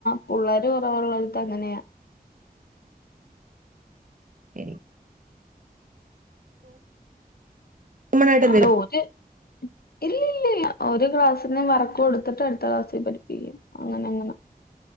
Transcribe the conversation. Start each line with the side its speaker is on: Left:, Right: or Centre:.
Left: പുള്ളേര് കുറവൊള്ളടത്ത് അങ്ങനെയാ
Right: എടി കോമൺ ആയിട്ട് എന്തേലും
Left: അത് ഒര് ഇല്ല ലല്ല ഒരു ക്ലാസ്സിൻ്റെ വർക്ക് കൊടുത്തിട്ട് അടുത്ത ക്ലാസ്സിൽ പഠിപ്പിക്കും അങ്ങനെ അങ്ങനെ